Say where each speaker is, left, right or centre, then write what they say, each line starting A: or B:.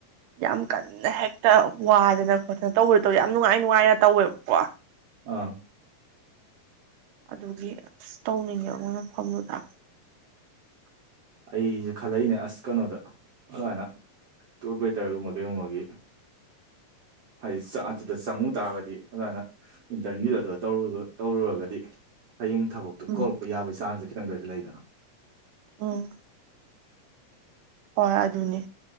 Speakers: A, on the right (about 75°); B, on the right (about 55°).
A: ꯌꯥꯝ ꯀꯟꯅ ꯍꯦꯛꯇ ꯋꯥꯗꯅ ꯈꯣꯠꯇꯅ ꯇꯧꯕ ꯇꯧ ꯌꯥꯝ ꯅꯨꯡꯉꯥꯏ ꯅꯨꯡꯉꯥꯏꯅ ꯇꯧꯋꯦꯕꯀꯣ
B: ꯑꯥ
A: ꯑꯗꯨꯒꯤ ꯑ ꯇꯧꯅꯤꯡꯉꯦꯕ ꯃꯣꯏ ꯃꯐꯝꯗꯨꯗ
B: ꯑꯩꯁꯨ ꯈꯜꯂꯛꯏꯅꯦ ꯑꯁ ꯀꯩꯅꯣꯗ ꯑꯗꯨꯃꯥꯏꯅ ꯇꯨꯄꯔꯦꯇꯔꯒꯨꯝꯕ ꯀꯩꯒꯨꯝꯕꯒꯤ ꯍꯥꯏꯗꯤ ꯑꯗꯨꯗ ꯆꯪꯉꯨ ꯇꯥꯔꯒꯗꯤ ꯑꯗꯨꯃꯥꯏꯅ ꯏꯟꯇꯔꯟꯒꯤꯗ ꯑꯗꯨꯔ ꯇꯧꯔꯨꯔꯒꯗꯤ ꯍꯌꯦꯡ ꯊꯕꯛꯇꯨ
A: ꯎꯝ
B: ꯀꯧꯂꯛꯄ ꯌꯥꯕꯒꯤ ꯆꯥꯟꯁꯦ ꯈꯤꯇꯪꯗ ꯑꯣꯏꯔꯁꯨ ꯂꯩꯗꯅ
A: ꯑꯣ ꯍꯣꯏ ꯑꯗꯨꯅꯤ